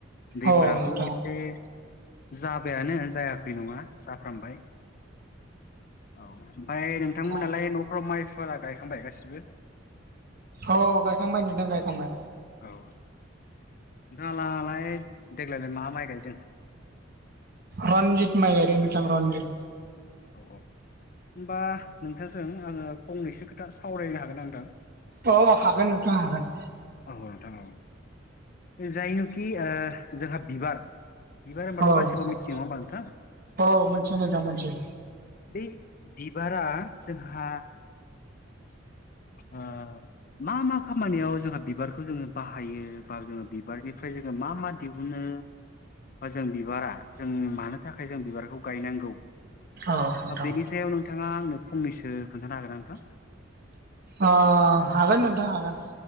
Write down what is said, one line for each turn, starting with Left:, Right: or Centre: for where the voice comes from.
Left: दैफोराबो
Right: औ नोंथां
Left: एसे जाबायानो जायाखै नङा जाफ्रामबाय औ ओमफ्राय नोंथांमोनहालाय
Right: औ
Left: न'फ्राव माइफोराा गायखांबाय गासिबो?
Right: औ गायखांबाय नोंथां गायखांबाय।
Left: औ नोंथांआलाय देग्लाय मा माइ गायदों?
Right: रनजित माइ गाइदों नोंथां रनजित।
Left: औ औ होनोमबा नोंथांजों आङो फंनैसो खोथा सावरायनो हागोन ना नोंथां
Right: अ हागोन नोंथां हागोन
Left: औ नोंथां औ जायनोखि जोंहा बिबार बिबार होनबाथ'
Right: औ
Left: गासिबो
Right: नोंथां
Left: मिथियो नङा होमबा नोंथां
Right: औ मोनथियो नोंथां मोनथियो
Left: बे बिबारा जोंहा ओ मा मा खामानियाव जोंहा बिबारखौ जोङो बाहायो बा जोङो बिबारनिफ्राय जोङो मा मा दिब गबनो बा जों बिबारा जों मानो थाखाय जों बिबारखौ गायनांगौ
Right: औ नोंथां
Left: बेनि सायाव नोंथाङा आंनो फंनैसो खोन्थानो हागोन ना नोंथां
Right: अ हागोन नोंथां हागोन